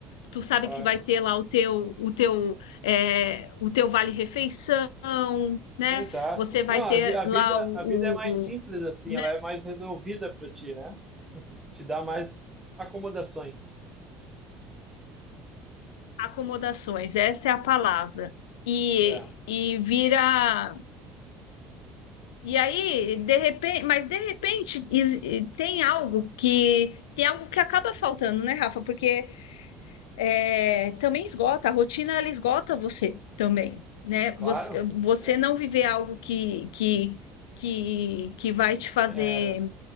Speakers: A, on the left; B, on the right.
A: tu sabe
B: claro.
A: que vai ter lá o teu o teu é, o teu vale refeição, né?
B: Exato.
A: Você vai
B: Não, a,
A: ter
B: vi- a vida,
A: lá o,
B: a vida é mais
A: o-
B: simples assim,
A: né,
B: ela é mais resolvida para ti, né? Te dá mais acomodações.
A: acomodações, essa é a palavra e,
B: É,
A: e vira. E aí, de repente, mas de repente is- e tem algo que tem algo que acaba faltando, né, Rafa? Porque é, também esgota, a rotina ela esgota você também, né? Você,
B: claro.
A: você
B: É,
A: não viver algo que, que, que, que vai te fazer
B: é,